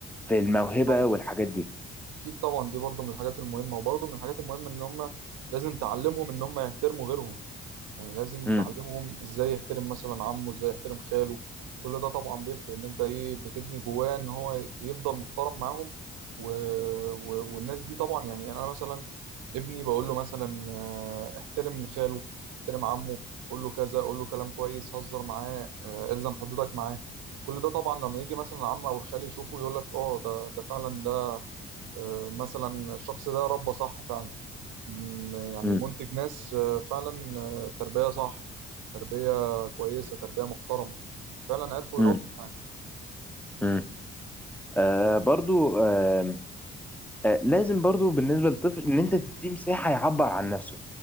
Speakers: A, in the centre; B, on the right.
A: في الموهبه
B: أكيد طبعا
A: والحاجات دي
B: اكيد طبعا دي برضو من الحاجات المهمة وبرضو من الحاجات المهمة ان هما لازم تعلمهم ان هما يحترموا غيرهم يعني لازم
A: امم
B: تعلمهم ازاي يحترم مثلا عمه ازاي يحترم خاله كل ده طبعا بيفرق ان انت ايه بتبني جواه ان هو يفضل محترم معاهم و... و... والناس دي طبعا يعني يعني انا مثلا ابني بقول له مثلا آه، احترم خاله احترم عمه قول له كذا قول له كلام كويس هزر معاه آه، الزم حدودك معاه كل ده طبعا لما يجي مثلا العم او الخال يشوفه يقول لك اه ده ده فعلا ده آه، مثلا الشخص ده ربى صح فعلا م- يعني
A: امم
B: منتج ناس آه، فعلا آه، تربية صح تربية كويسة تربية محترمة فعلا عرفوا
A: امم
B: يربوا يعني
A: امم آه برضو آه آه، لازم برضو بالنسبة للطفل ان انت تديه مساحة يعبر عن نفسه